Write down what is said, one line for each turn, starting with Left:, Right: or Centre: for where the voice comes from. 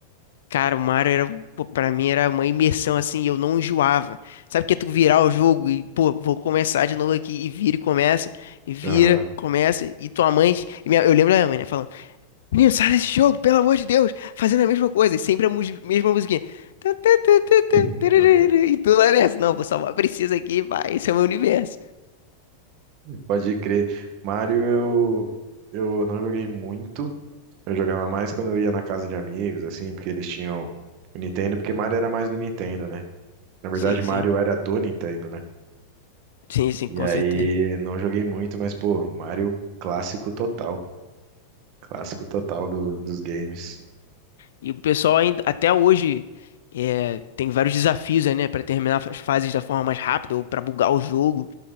Left: Cara, o Mario era, pô, pra mim era uma imersão assim, eu não enjoava. Sabe que é tu virar o jogo e, pô, vou começar de novo aqui, e vira e começa, e vira,
Right: Aham.
Left: começa, e tua mãe. e minha- eu lembro da minha mãe, né, falando: Menino, sai desse jogo, pelo amor de Deus, fazendo a mesma coisa, e sempre a mus- mesma musiquinha. Tã, tã, tã, tã, tã,
Right: <laughs>
Left: tararara, E tu lá nessa, não, vou salvar a princesa aqui, vai, esse é o meu universo.
Right: Pode crer. Mario, eu, eu não joguei muito. Eu jogava mais quando eu ia na casa de amigos, assim, porque eles tinham o Nintendo, porque Mario era mais do Nintendo, né? Na verdade,
Left: Sim, sim,
Right: Mario era do Nintendo, né?
Left: sim, sim,
Right: E
Left: com
Right: aí,
Left: certeza.
Right: não joguei muito, mas, pô, Mario clássico total. pô. Clássico total do- dos games.
Left: E o pessoal ainda, até hoje é, tem vários desafios aí, né, para terminar as fases da forma mais rápida ou para bugar o jogo.